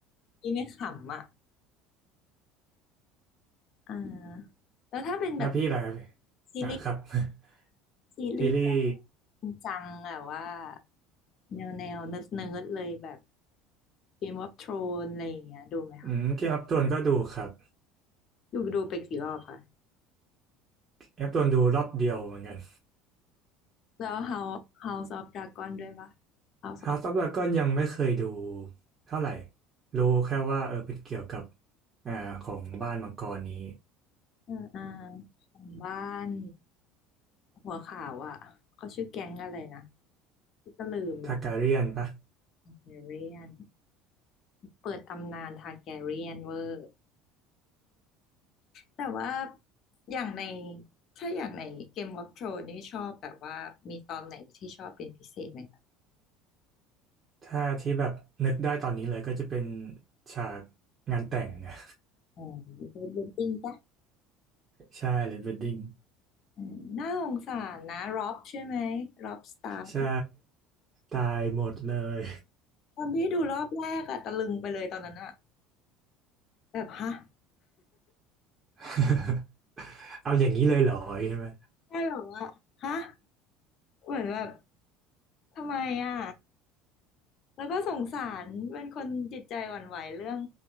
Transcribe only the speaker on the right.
แล้วพี่ล่ะ
อ่าครับ <laughs>
ซีรีส์
อืมเกมอัพโทนก็ดูครับ
เกมอัพโทนดูรอบเดียวเหมือนกัน
House
of Dragon ยังไม่เคยดูเท่าไหร่รู้แค่ว่าเออเป็นเกี่ยวกับอ่าของบ้านมังกรนี้
ทาการียนปะ
ถ้าที่แบบนึกได้ตอนนี้เลยก็จะเป็นฉากงานแต่งนะ
<laughs> ใช่เลยเวดดิ้ง
ใช่ตายหมดเลย
<laughs> เอาอย่างนี้เลยเหรอใช่ไหม